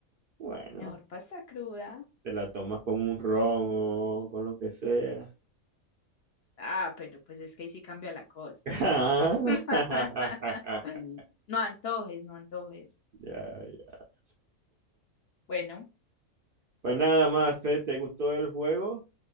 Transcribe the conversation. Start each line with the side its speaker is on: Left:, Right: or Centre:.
Right: bueno,
Left: Mejor pasta cruda.
Right: te la tomas con un ron o con lo que sea.
Left: Ah, pero pues es que ahí sí cambia la cosa.
Right: <laughs>
Left: <laughs> No antojes, no antojes.
Right: Ya, ya.
Left: Bueno,
Right: Pues nada, Marfe, ¿te gustó el juego?